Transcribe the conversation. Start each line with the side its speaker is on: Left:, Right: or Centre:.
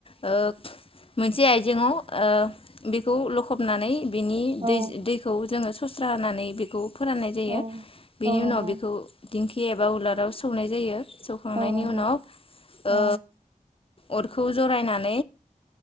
Left: <unintelligible> मोनसे आइजेंआव बेखौ लखबनानै बिनि
Right: औ
Left: दै दैखौ जोङो फोस्रा नानै बेखौ फोराननाय जायो
Right: औ
Left: बेनि
Right: औ नंगौ
Left: उनाव बेखौ दिंखि एबा उलाराव सौनाय जायो जौखांनायनि
Right: औ नंगौ
Left: उनाव
Right: औ
Left: ओ अरखौ जरायनान